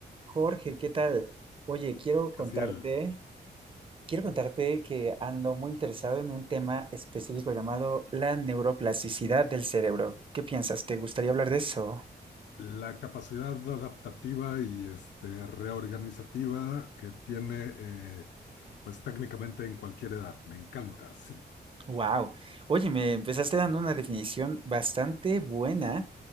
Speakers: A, on the right; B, on the left.
A: Jorge, ¿qué tal? Oye, quiero
B: Casiel,
A: contarte, quiero contarte que ando muy interesado en un tema específico llamado la neuroplasticidad del cerebro. ¿Qué piensas? ¿Te gustaría hablar de eso?
B: la capacidad adaptativa y este, reorganizativa que tiene, eh, pues técnicamente en cualquier edad. Me encanta, sí.
A: Wow. Oye, me empezaste dando una definición bastante buena